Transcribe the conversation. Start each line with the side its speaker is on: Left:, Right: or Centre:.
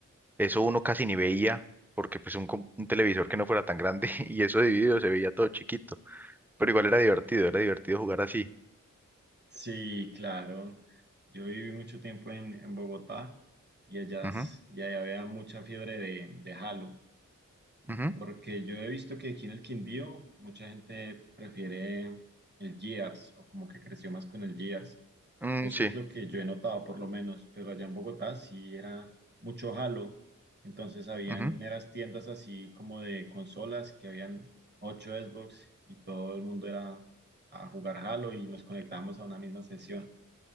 Centre: eso uno casi ni veía, porque pues un, com- un televisor que no fuera tan grande <laughs> y eso dividido se veía todo chiquito, pero igual era divertido, era divertido jugar así.
Right: Sí, claro. Yo viví mucho tiempo en, en Bogotá y allá,
Centre: Ujú,
Right: s- y allá había mucha fiebre de, de Halo,
Centre: ujú.
Right: porque yo he visto que aquí en el Quindío mucha gente prefiere el Gears o como que creció más con el Gears.
Centre: Mm,
Right: pues
Centre: sí,
Right: Eso es lo que yo he notado, por lo menos, pero allá en Bogotá sí era mucho jalo. Entonces habían
Centre: ujú.
Right: eras tiendas así como de consolas que habían ocho Xbox y todo el mundo era a jugar jalo y nos conectábamos a una misma sesión.